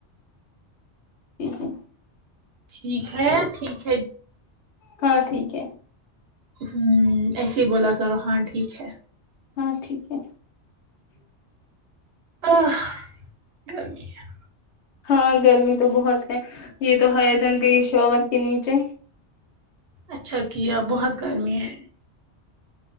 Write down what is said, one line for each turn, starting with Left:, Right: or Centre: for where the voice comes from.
Left: ہو ہو
Right: ٹھیک ہے ٹھیک ہے
Left: ہاں ٹھیک ہے
Right: ہوں ایسے ہی بولا کرو ہاں ٹھیک ہے
Left: ہاں ٹھیک ہے
Right: اہ گرمی ہے
Left: ہاں گرمی تو بہت ہے یہ تو ہے جن گی شاور کے نیچے
Right: اچھا کیا بہت گرمی ہے